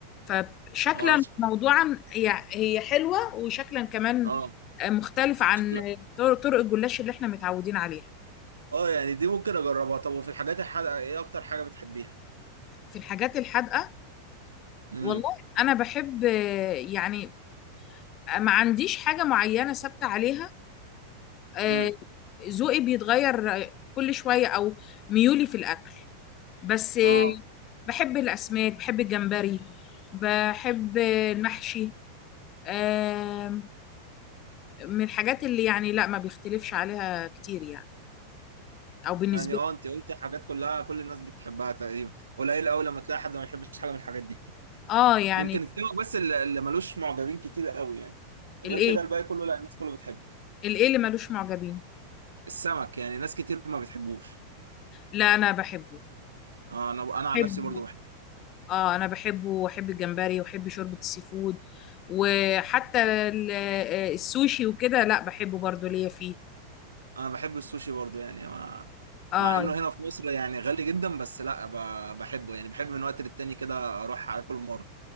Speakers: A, on the left; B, on the right.
A: فشكلا
B: اه ش-
A: موضوعا هي هي حلوة وشكلا كمان
B: اه
A: مختلف عن
B: شكلها
A: طر- طرق الجلاش اللي احنا متعودين عليها
B: اه يعني دي ممكن اجربها طب وفي الحاجات الحادقه ايه اكتر حاجه بتحبيها
A: في الحاجات الحادقة
B: امم
A: والله انا بحب يعني ما عنديش حاجة معينة ثابتة عليها آه،
B: امم
A: ذوقي بيتغير كل شوية او ميولي في الاكل بس
B: اه
A: بحب الأسماك بحب الجمبري بحب المحشي آم، من الحاجات اللي يعني لا ما بيختلفش عليها كتير يعني أو بالنسبة
B: يعني اه
A: لي
B: انت قلت حاجات كلها كل الناس بتحبها تقريبا قليل قوي لما تلاقي حد ما يحبش حاجه من الحاجات دي
A: اه يعني
B: يمكن السمك بس اللي اللي ملوش معجبين كتير قوي يعني غير
A: الإيه
B: كده الباقي كله لا الناس كله بتحبه
A: الإيه اللي ملوش معجبين
B: السمك يعني ناس كتير ما بتحبوش
A: لا أنا بحبه
B: آه، انا انا عن
A: بحبه
B: نفسي برضو بحب
A: اه أنا بحبه وأحب الجمبري وأحب شوربة السي فود وحتى ال- آه، السوشي وكده لا بحبه برضو ليا فيه
B: انا بحب السوشي برضو يعني مع
A: اه
B: مع انه هنا في مصر يعني غالي جدا بس لا ب... بحبه يعني بحب من وقت للتاني كده اروح اكل مره